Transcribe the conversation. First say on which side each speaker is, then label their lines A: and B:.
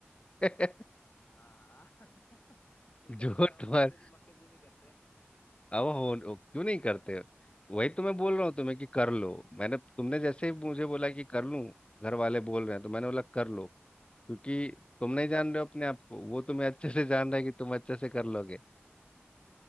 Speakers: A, on the left; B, on the left.
A: <laughs>
B: हाँ <laughs> तो
A: जो
B: क्या मतलब हम
A: तुम्हारे
B: मुद्दे पे बकैती नहीं करते हैं
A: अब हो ओ, क्यों नहीं करते वही तो मैं बोल रहा हूँ तुम्हें कि कर लो मैंने तुमने जैसे ही मुझे बोला कि कर लूँ घर वाले बोल रहे हैं तो मैंने बोला कर लो क्योंकि तुम नहीं
B: हम्म
A: जान
B: हम्म।
A: रहे हो अपने आप को वो तुम्हें अच्छे से जान रहा है कि तुम अच्छे से कर लोगे